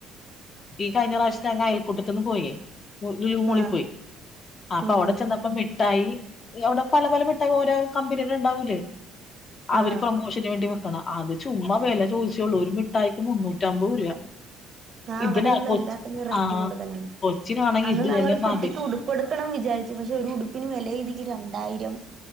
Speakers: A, on the left; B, on the right.
A: ഈ കഴിഞ്ഞ പ്രാവശ്യത്തെ അയൽക്കൂട്ടത് തുന്നു പോയേ. ലുലുമാളിൽ
B: ആ
A: പോയി. അപ്പൊ
B: ഉം
A: അവിടെ
B: ഉം
A: ചെന്നപ്പോ മിട്ടായി അവിടെ പല പല മിട്ടായി ഓരോ കമ്പനിടെ ഉണ്ടാവൂലേ? അവര്
B: ആ
A: പ്രൊമോഷന് വേണ്ടി അത് ചുമ്മാ വില ചോദിച്ചേയുള്ളു. ഒരു മിഠായിക്ക് മുന്നൂറ്റ അമ്പത് രൂപ
B: ആ അവിടെയുള്ള
A: ഇതിനാ കൊച്ച്
B: എല്ലാത്തിനും റേറ്റ്
A: ആ
B: കൂടുതലാ
A: കൊച്ചിനാണെങ്കി
B: അന്ന്
A: ഇത്
B: നങ്ങള്
A: തന്നെ മതി
B: കുട്ടിക്ക് ഉടുപ്പ എടുക്കണം വിചാരിച്ചു. പക്ഷെ ഒരു ഉടുപ്പിന് വില എയ്തിക്ക രണ്ടായിരം.